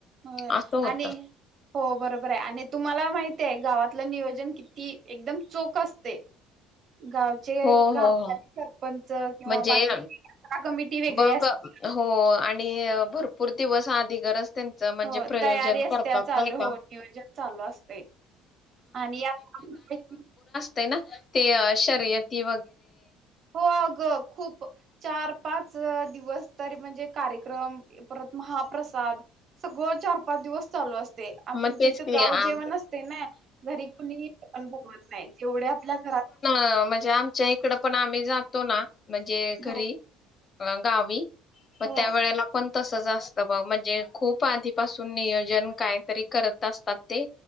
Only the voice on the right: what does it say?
होय
आणि हो बरोबर आहे आणि तुम्हाला माहितीये गावातलं नियोजन किती एकदम चोख असते गावचे
कारभारी
सरपंच किंवा
बाकीचेही कमिटी वेगळी
असते
हो
तयारी असते्या
चालू
हो नियोजन चालू असते आणि <unintelligible>
हो अग खूप चा चार-पाच दिवस तरी अं म्हणजे कार्यक्रम, परत महाप्रसाद सगळं चार-पाचदिवस चालू असत. आमच्या
इथे
गाव
जेवण असते ना घरी कुणी <unintelligible> नाही जेवढं आपल्या घरात,
हो
हो